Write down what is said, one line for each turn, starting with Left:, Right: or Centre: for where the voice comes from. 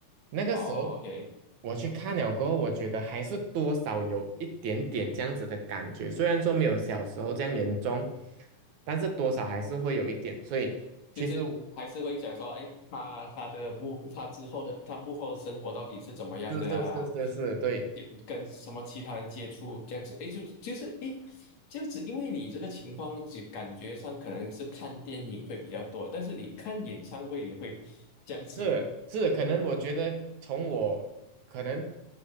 Right: 那个时候
Left: 哦，OK。
Right: 我去看了过后，我觉得还是多少有一点点这样子的感觉，虽然说没有小时候这样严重，但是多少还是会有一点，所以。其实我
Left: 就是还是会讲说，哎，他他的幕他之后的他幕后的生活到底是怎么样的啊？
Right: 是是是是是，对，
Left: 也跟什么其他人接触这样子，哎，就是就是哎，诶这样子，因为你这个情况就感觉上可能是看电影会比较多，但是你看演唱会也会这样子。
Right: 是是，可能我觉得从我可能